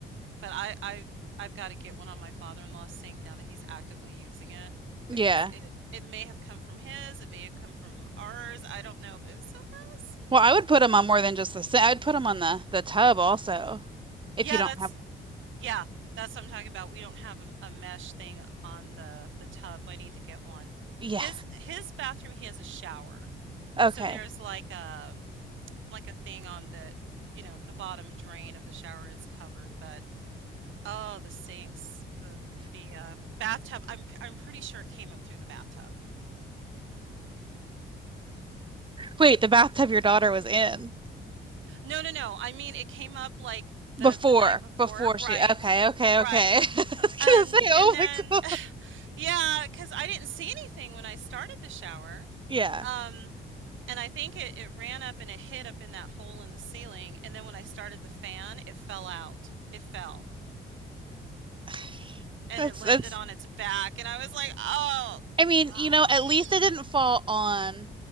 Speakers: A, on the right; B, on the right.
A: but I, I I've got to get one on my father-in-law's sink now that he's actively using it
B: Yeah.
A: because it it may have come from his, it may have come from ours, I don't know, but it was so gross.
B: Well, I would put them on more than just the sink. I'd put them on the the tub also. If
A: Yeah,
B: you don't
A: that's
B: have
A: yeah, that's what I'm talking about. We don't have a, a mesh thing on the the tub. I need to get one.
B: Yeah.
A: His his bathroom, he has a shower.
B: Okay.
A: So there's like a like a thing on the, you know, the bottom drain of the shower it's covered, but Oh, the sinks, the the, uh, bathtub, I'm p I'm pretty sure it came up through the bathtub.
B: Wait, the bathtub your daughter was in
A: No, no, no, I mean, it came up, like, the
B: before
A: the night before
B: before
A: Right.
B: she. Okay. Okay.
A: Right,
B: Okay. <laughs> I was gonna
A: and
B: say, oh
A: and then
B: my God.
A: <laughs> yeah, because I didn't see anything when I started the shower,
B: Yeah.
A: um, and I think it it ran up and it hit up in that hole in the ceiling, and then when I started the fan, it fell out. It fell,
B: <sighs>
A: and
B: That's
A: it landed
B: that's.
A: on its back, and I was like, "Oh,
B: I mean,
A: God."
B: you know, at
A: Mm."
B: least it didn't fall on